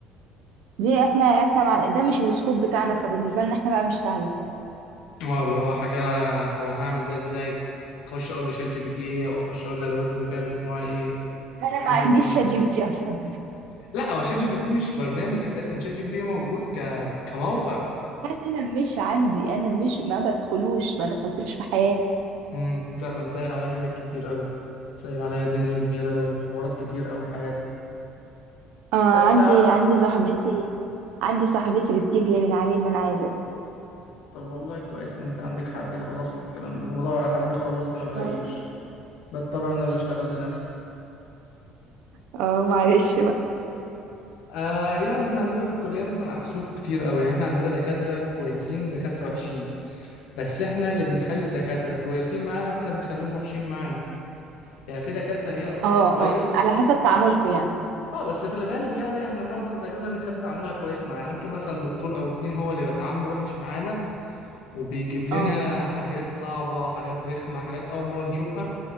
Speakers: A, on the right; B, on the left.
A: دي احنا احنا مع... ده مش السكوب بتاعنا فبالنسبه لنا احنا بقى مش سهله
B: اه اللي هو حاجة طب انا هعمل ده ازاي؟ اخش اقول لشات جي بي تي ايه او اخش اقول لادوات الذكاء الاصطناعي ايه
A: انا
B: والكلام
A: ما عنديش
B: ده كله
A: شات جي بي تي اصلا
B: لا هو شات جي بي تي مش برنامج اساسا شات جي بي تي ده موجود ك... كموقع
A: انا مش عندي انا مش ما بدخلوش ما دخلتوش في حياتي
B: امم لا ده مسهل عليا حاجات كتير قوي مسهل عليا دنيا كبيرة قوي وحوارات كتير قوي في حياتي
A: آه
B: بس
A: عندي
B: على
A: عندي صاحبتي عندي صاحبتي بتجيب لي من عليه اللي انا عايزاه
B: طب والله كويس ان انت عندك حد يخلص لك الكلام ده انا بدور على حد يخلص لي ما بلاقيش
A: اه
B: بضطر انا اللي اشتغل لنفسي
A: اه معلش بقى
B: آه يعني احنا عندنا في الكلية مثلا عكسوكوا كتير قوي يعني احنا عندنا دكاترة كويسين ودكاترة وحشين بس احنا اللي بنخلي الدكاترة كويسين معانا واحنا بنخليهم وحشين معانا يعني في دكاترة هي اصلها
A: اه
B: كويس
A: اه على حسب تعاملكم يعني
B: اه بس في الغالب يعني احنا معظم الدكاترة بنخلي تعاملها كويس معانا ممكن مثلا دكتور او اتنين هو اللي يبقى تعامله وحش معانا وبيجيب لنا
A: اه
B: حاجات صعبة حاجات رخمة حاجات أول مرة نشوفها